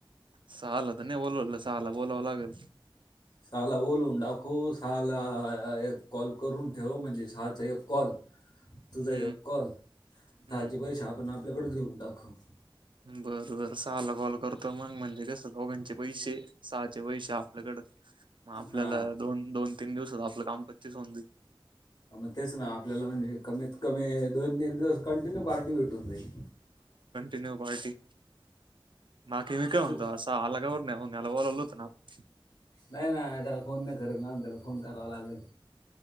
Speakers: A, on the right (about 60°); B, on the left (about 50°).
A: सहाला तर नाही बोलल सहाला बोलवाव लागल.
B: सहाला बोलून दाखवू सहाला अ एक अ कॉल करून ठेव म्हणजे सहाचा एक कॉल तुझा
A: हम्म
B: एक कॉल साचे
A: हम्म
B: पैसे आपण आपल्याकडेच घेऊन टाकू
A: बर बर सहाला कॉल करतो मग म्हणजे कस दोघांचे पैसे सहाचे पैसे आप आपल्याकड मग आपल्याला
B: हा
A: दोन दोन तीन दिवस आपलं काम पच्चीस होऊन जाईल.
B: मग तेच ना आपल्याला म्हणजे कमीत कमी दोन एक दिवस कंटिन्यू पार्टी भेटून जाईल.
A: कंट्यूनू पार्टी बाकी मी काय म्हणतो
B: तू-
A: असा आला का त्याला बोलवल होत ना आपण
B: नाही ना त्याला फोन नाही करेल त्यान त्याला फोन करावा लागल.